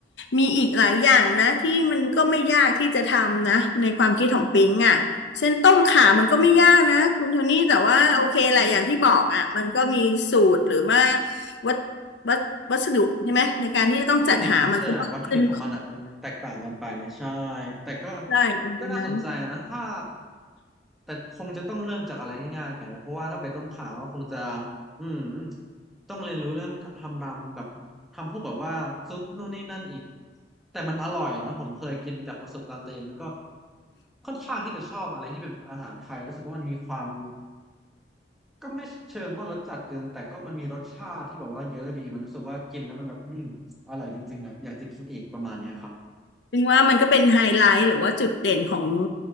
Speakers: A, on the left (about 75°); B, in the centre.
A: มีอีกหลายอย่างนะที่มันก็ไม่ยากที่จะทำนะในความคิดของปิ๊งอ่ะเส้นต้มข่ามันก็ไม่ยากนะคุณโทนี่แต่ว่าโอเคแหละอย่างที่บอกอ่ะมันก็มีสูตรหรือว่าวัตวัตวัสดุใช่ไหมในการที่จะต้องจัดหามันก็มากขึ้น
B: วัตถุดิบเนาะใช่วัตถุดิบของมันอ่ะมันแตกต่างกันไปใช่แต่ก็
A: ใช่ประมาณนั้น
B: ก็น่าสนใจนะถ้าแต่คงจะต้องเริ่มจากอะไรง่ายๆกันนะเพราะว่าถ้าไปต้มข่าก็คงจะอืมต้องเรียนรู้เรื่องทำตามแบบทำพวกแบบว่าซุปนู่นนี่นั่นอีกแต่มันอร่อยนะผมเคยกินจากประสบการณ์ตัวเองมันก็ค่อนข้างที่จะชอบอะไรที่เป็นอาหารไทยรู้สึกว่ามันมีความ ก็ไม่เชิงว่ารสจัดเกินแต่ก็มันมีรสชาติที่แบบว่าเยอะดีมันรู้สึกว่ากินแล้วมันแบบอืมอร่อยจริงๆแหละอยากจะกินอีกประมาณเนี้ยครับ
A: ถึงว่ามันก็เป็นไฮไลท์หรือว่าจุดเด่นของ